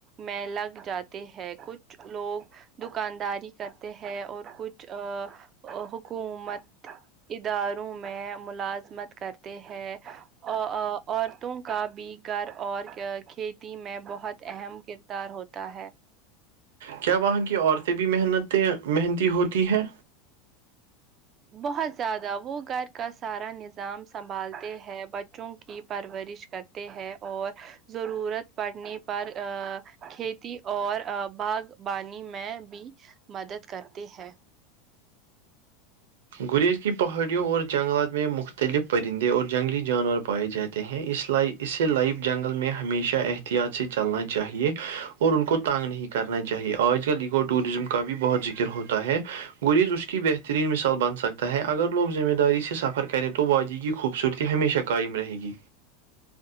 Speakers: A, on the right; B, on the right.
A: میں لگ جاتے ہیں کچھ لوگ د دکانداری کرتے ہیں اور کچھ حکومت اداروں میں ملازمت کرتے ہیں ا عورتوں کا بھی گھر اور کھیتی میں بہت اہم کردار دار ہوتا ہے
B: کیا وہاں کی عورتیں بھی محنتیں محنتی ہوتی ہیں
A: بہت زیادہ وہ گھر کا سارا نظام سنبھالتے ہے ب بچوں کی پرورش کرتے ہیں اور ضرورت پڑنے پر ا کھیتی اور باغبانی میں بھی مدد کرتی ہے
B: گریز کی پہاڑیوں اور جنگلات میں مختلف پرندے اور جنگلی جانور پائے جاتے ہیں اس لائی اسے لائف جنگل میں ہمیشہ احتیاط سے چلنا چاہیے اور ان کو تانگ نہیں کرنا چاہیے آج کل اکو ٹوریزم کا بھی بہت ذکر ہوتا ہے گریز اس کی بہترین مثال بنتا سکتا ہے اگر لوگ ذمہ داری سے سفر کریں تو وادی کی خوبصورتی ہمیشہ قائم رہے گی